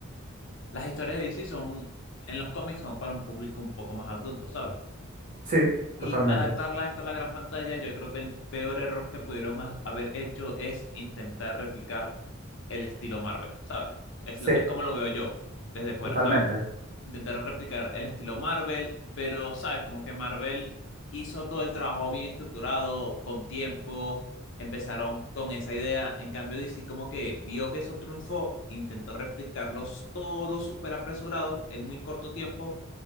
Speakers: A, on the left; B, on the right.
A: las historias de DC son, en los cómics son para un público un poco más adulto, ¿sabes?
B: Sí, totalmente.
A: Y adaptarla a esta a la gran pantalla, yo creo que el peor error que pudieron ha- haber hecho es intentar replicar el estilo Marvel, ¿sabes? Es,
B: Sí,
A: lo- es como lo veo yo desde fuera,
B: totalmente,
A: ¿sabes? intentaron replicar el estilo Marvel, pero sabes, como que Marvel hizo todo el trabajo bien estructurado, con tiempo, empezaron con esa idea. En cambio, DC como que vio que eso triunfó, intentó replicarlos todo súper apresurado en muy corto tiempo.